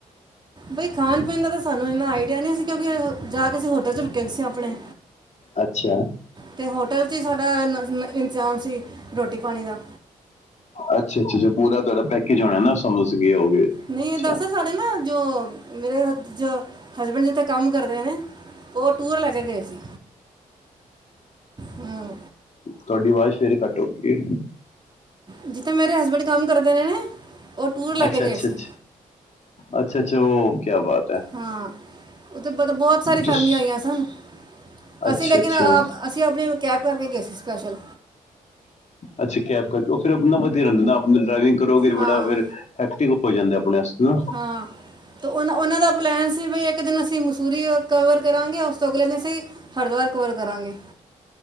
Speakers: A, on the right; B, on the left.
A: ਬਈ ਖਾਣ ਪੀਣ ਦਾ ਤਾਂ ਸਾਨੂੰ ਇਨਾ ਆਈਡੀਆ ਨੀ ਸੀ ਕਿਉਂਕਿ ਜਾ ਕੇ ਅ ਪਤਾ <unintelligible> ਤੁਸੀਂ ਆਪਣੇ
B: ਅੱਛਾ
A: ਤੇ ਹੋਟਲ ਚ ਹੀ ਸਾਡਾ ਇੰਤਜ਼ਾਮ ਸੀ ਰੋਟੀ ਪਾਣੀ ਦਾ।
B: ਅੱਛਾ ਅੱਛਾ, ਪੂਰਾ ਤੁਹਾਡਾ ਪੈਕੇਜ ਹੋਣਾ ਨਾ ਸੀਗੇ ਹੋਗੇ। ਅੱਛਾ
A: ਨਹੀਂ ਦਰਆਸਲ ਨਾ ਜੋ ਮੇਰੇ ਹਸਬੈਂਡ ਜਿੱਥੇ ਕੰਮ ਕਰਦੇ ਨੇ। ਉਹ ਟੂਰ ਲੈ ਕੇ ਗਏ ਸੀ ਹਮ।
B: ਤੁਹਾਡੀ ਆਵਾਜ਼ ਫੇਰ ਘੱਟ ਹੋ ਗਈ।
A: ਜਿੱਥੇ ਮੇਰੇ ਹਸਬੈਂਡ ਕੰਮ ਕਰਦੇ ਰਹੇ ਨੇ। ਉਹ ਟੂਰ ਲੈ
B: ਅੱਛਾ
A: ਕੇ ਗਏ
B: ਅੱਛਾ,
A: ਸੀ
B: ਅੱਛਾ ਅੱਛਾ, ਅੱਛਾ ਉਹ ਕਿਆ ਬਾਤ। ਹੈ
A: ਹਾਂ, ਉੱਥੇ ਬ ਬਹੁਤ ਸਾਰੀਆ
B: ਤੁਸ
A: ਫੈਮਲੀਆਂ ਆਈਆਂ ਸਨ।
B: ਅੱਛਾ
A: ਅਸੀਂ ਲੇਕਿਨ
B: ਅੱਛਾ
A: ਆਪ ਅਸੀਂ ਆਪਣੀ ਕੈਬ, ਕਰਕੇ ਗਏ ਸੀ ਸਪੈਸ਼ਲ?
B: ਅੱਛਾ, ਕੈਬ ਕਰਕੇ ਫਿਰ ਆਪਣਾ ਵਧੀਆ ਰਹਿੰਦਾ ਨਾ, ਆਪ ਡਰਾਈਵਿੰਗ ਕਰੋਗੇ
A: ਹਾਂ
B: ਬੜਾ, ਫ ਹੋ ਜਾਂਦੇ, ਆਪਣੇ ਅਸਤੇ ਤਾਂ
A: ਹਾਂ, ਅਤੇ ਉਹ ਉਹਨਾਂ ਦਾ ਪਲੈਨ ਸੀ ਵੀ, ਇੱਕ ਦਿਨ ਅਸੀਂ ਮਸੂਰੀ ਕਵਰ ਕਰਾਂਗੇ, ਉਸ ਤੋਂ ਅਗਲੇ ਅਸੀਂ ਹਰਿਦੁਵਾਰ ਕਵਰ, ਕਰਾਂਗੇ